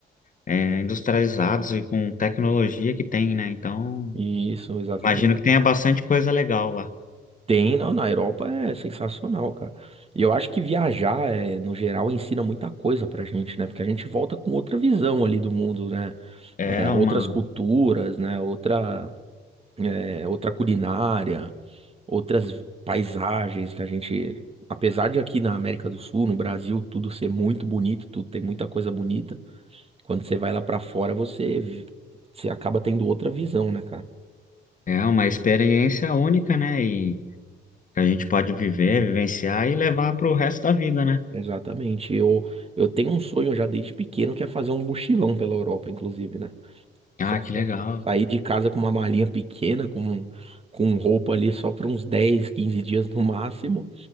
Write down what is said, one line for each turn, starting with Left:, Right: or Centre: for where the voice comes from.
Left: é, industrializados e com tecnologia que tem, né? Então,
Right: Isso, exatamente.
Left: imagino que tenha bastante coisa legal lá.
Right: Tem, não, na Europa é sensacional, cara. E eu acho que viajar, é, no geral, ensina muita coisa pra gente, né? Porque a gente volta com outra visão ali do mundo, né?
Left: É
Right: É,
Left: uma,
Right: outras culturas, né? Outra é, outra culinária, outras paisagens que a gente, apesar de aqui na América do Sul, no Brasil, tudo ser muito bonito, tudo tem muita coisa bonita, quando você vai lá pra fora, você vi- você acaba tendo outra visão, né, cara?
Left: é uma experiência única, né? E que a gente pode viver, vivenciar e levar para o resto da vida, né?
Right: Exatamente. Eu eu tenho um sonho já desde pequeno que é fazer um mochilão pela Europa, inclusive, né? Só
Left: Ah,
Right: só
Left: que legal.
Right: sair de casa com uma malinha pequena, com um, com roupa ali só para uns 10, 15 dias no máximo